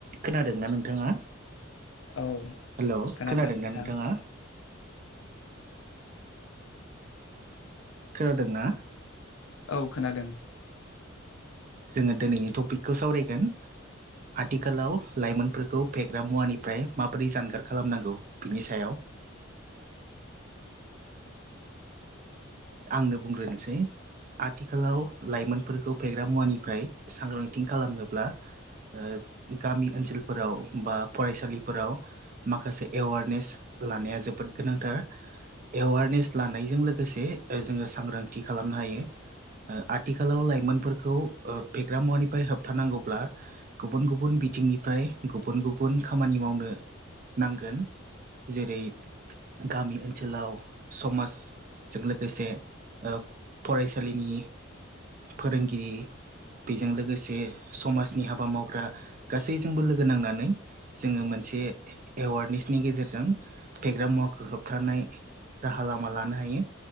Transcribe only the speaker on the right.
खोनादोंना नोंथाङा
हेलौ
खोनादोंना
नोंथाङा खोनादोंना
जोङो दिनैनि टपिकखौ सावरायगोन आथिखालाव लाइमोनफोरखौ फेग्रा मुवानिफ्राय माबोरै जानगार खालामनांगौ बिनि सायाव <inaudible> आंनो बुंग्रोनोसै। आथिखालाव लाइमोनफोरखौ फेग्रा मुवानिफ्राय सांग्रांथिं खालामनोब्ला ओ गामि ओनसोलफोराव बा फरायसालिफोराव माखासे एवारनेस लानाया जोबोद गोनांथार एवारनेस लानायजों लोगोसे जोङो सांग्रांथि खालामनो हायो। ओ आथिखालाव लाइमोनफोरखौ ओ फेग्रा मुवानिफ्राय होबथानांगौब्ला गुबुन गुबुन बिथिंनिफ्राय गुबुन गुबुन खामानि मावनो नांगोन। जेरै गामि ओनसोलाव समाजजों लो गोसे ओ फरायसालिनि फोरोंगिरि बेजों लोगोसे समाजनि हाबा मावग्रा गासैजोंबो लोगो नांनानै जोङो मोन से एवारनेसनि गेजेरजों फेग्रा मुवाखौ होबथानाय राहा लामा लानो हायो।